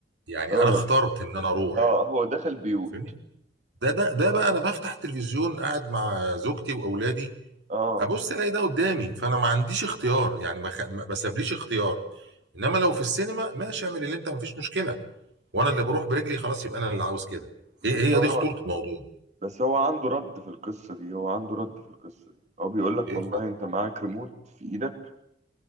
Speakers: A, on the right (about 85°); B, on the right (about 45°).
A: يعني
B: اه
A: انا اخترت ان انا اروح
B: اه هو دخل بيوت
A: فاهمني ده ده ده بقى انا بفتح التلفزيون قاعد مع زوجتي واولادي
B: اه
A: ابص الاقي ده قدامي فانا ما عنديش اختيار يعني ما, خ... ما سابليش اختيار انما لو في السينما ماشي اعمل اللي انت ما فيش مشكله وانا اللي بروح برجلي خلاص يبقى انا اللي عاوز كده ايه
B: بس
A: هي
B: هو
A: دي خطوره الموضوع
B: بس هو عنده رد في القصة دي هو عنده رد في القصة دي هو بيقول لك
A: ايه
B: والله انت معاك ريموت في ايدك